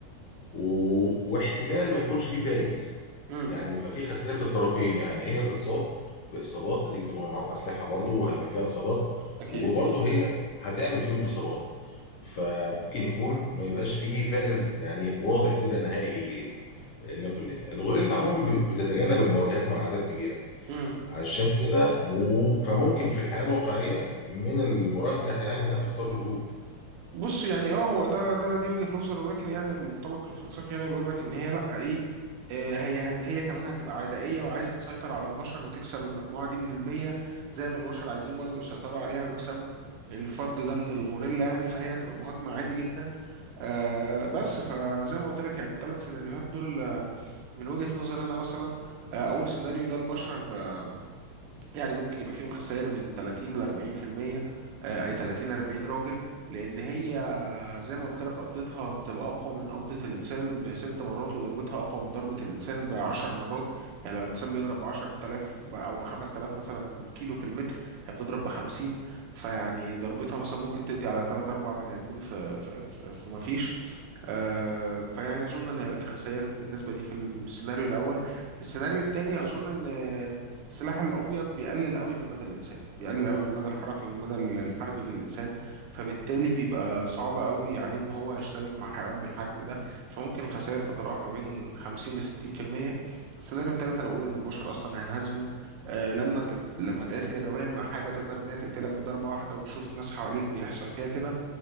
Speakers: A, on the left; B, on the right.
A: و... واحتمال ما يكونش فيه فايز
B: مهم.
A: يعني يبقى فيه خسائر في الطرفين يعني هي تتصاب باصابات نتيجه ان هم معاهم اسلحه برضه وهيبقى فيها اصابات
B: اكيد
A: وبرضه هي هتعمل فيهم اصابات فممكن يكون ما يبقاش فيه فائز يعني واضح كده نهائي لكلنا الغوريلا عموما ب- بتتجنب المواجهات مع اعداد كبيره
B: مهم.
A: عشان كده و- فممكن في الحياه الواقعيه من المرجح يعني انها تختار الهروب
B: بص يعني اه هو ده ده دي وجهة نظر ولكن يعني المنطلق الفلسفي هنا بيقول لك ان هي لا ايه آه، هي هت هي كمان هتبقى عدائية وعايزة تسيطر على البشر وتكسب المجموعة دي من المية زي ما البشر عايزين برضو يسيطروا عليها ويكسبوا الفرد ده من الغوريلا يعني فهي هتبقى مهاجمة عادي جدا آه بس فزي ما قلت لك يعني الثلاث سيناريوهات دول آه، من وجهة نظر انا مثلا آه، اول سيناريو ده البشر آه، يعني ممكن يبقى فيهم خسائر من 30 ل 40% آه، اي 30 40 راجل لان هي زي ما قلت لك قبضتها بتبقى أقوى من قبضة الإنسان بست مرات وضربتها أقوى من ضربة الإنسان بعشر مرات يعني لو الإنسان بيضرب بعشرة آلاف ب- أو بخمس آلاف مثلا كيلو في المتر هي بتضرب بخمسين فيعني ضربتها مثلا ممكن تقضي على تلات أربع بني آدمين في في في, في مفيش آه فيعني أظن إن هيبقى في خسائر بالنسبة دي في السيناريو الأول في السيناريو التاني أظن إن آه، السلاح الأبيض بيقلل قوي من مدى الإنسان بيقلل قوي من المدى الحركي والمدى الحربي للإنسان فبالتالي بيبقى صعب قوي عليه ان هو يشتبك مع حيوان بالحجم ده فممكن الخسائر تتراوح ما بين 50 ل 60% السيناريو التالت انا بقول ان البشر اصلا هينهزموا آه لما تت... لما تقاتل يدويا مع حاجه تقدر ان هي تقتلك بضربه واحده وتشوف ناس حواليك بيحصل فيها كده